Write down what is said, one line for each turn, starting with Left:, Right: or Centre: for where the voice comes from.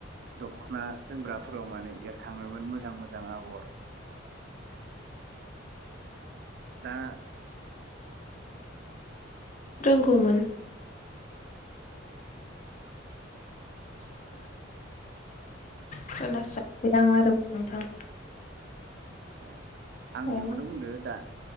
Right: दखना जोमग्राफोराव माने एरखाङोमोन मोजां मोजां आगर। दा
Left: रोंगौमोन। <inaudible> खोनास्रां <unintelligible> आरो नोंथां।
Right: अ आं
Left: अ
Right: बेखौनो बुंदो दा